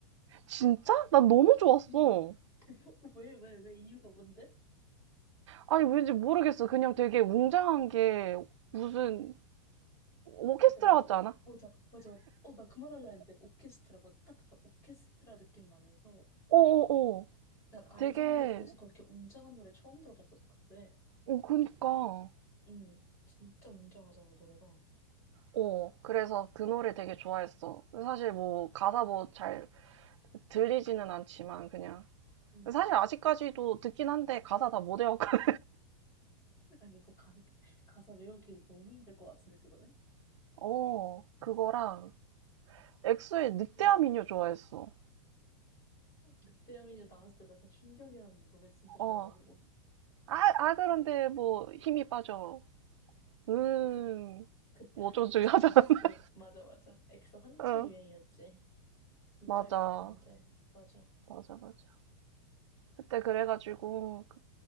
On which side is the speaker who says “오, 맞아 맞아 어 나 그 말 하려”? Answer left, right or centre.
Left